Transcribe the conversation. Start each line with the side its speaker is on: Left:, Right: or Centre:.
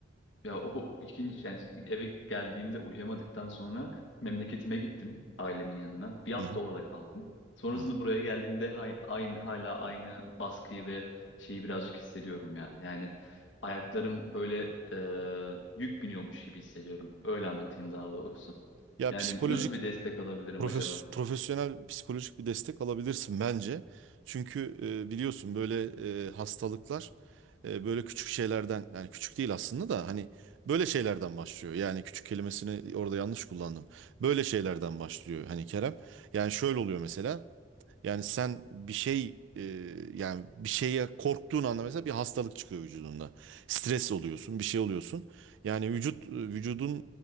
Left: ya o <laughs> ikinci yani eve geldiğimde uyuyamadıktan sonra memleketime gittim ailemin yanına. Bir hafta
Right: Hı hı.
Left: orada kaldım. Sonrasında
Right: Ha.
Left: buraya geldiğimde hay- aynı hala aynı baskıyı ve şeyi birazcık hissediyorum ya. Yani ayaklarım böyle e, yük biniyormuş gibi hissediyorum. Öyle anlatayım daha doğrusu.
Right: Ya
Left: Yani
Right: psikolojik
Left: nasıl bir destek alabilirim
Right: profes,
Left: acaba?
Right: profesyonel psikolojik bir destek alabilirsin bence. Çünkü e, biliyorsun böyle e, hastalıklar e, böyle küçük şeylerden yani küçük değil aslında da hani böyle şeylerden başlıyor. Yani küçük kelimesini orada yanlış kullandım. Böyle şeylerden başlıyor hani Kerem. Yani şöyle oluyor mesela. Yani sen bir şey e, yani bir şeye korktuğun anda mesela bir hastalık çıkıyor vücudunda. Stres oluyorsun, bir şey oluyorsun. Yani vücut e, vücudun